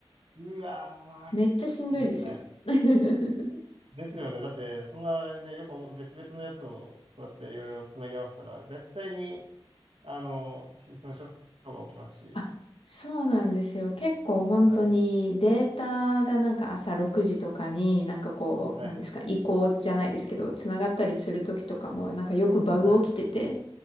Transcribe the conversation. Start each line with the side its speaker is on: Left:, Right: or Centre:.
Right: うわー、
Left: めっちゃしんどいですよ。
Right: きついですね。
Left: <laughs>
Right: ですよね。だって、そんなね、よく別々のやつを、そうやっていろいろつなぎ合わせたら、絶対に、あの、システム障害が起きますし。
Left: あそうなんですよ。結構本当にデータがなんか朝6時とかになんかこう、
Right: はい。はい。
Left: なんですか、移行じゃないですけど、つながったりするときとかもなんかよくバグ起きてて、
Right: はい。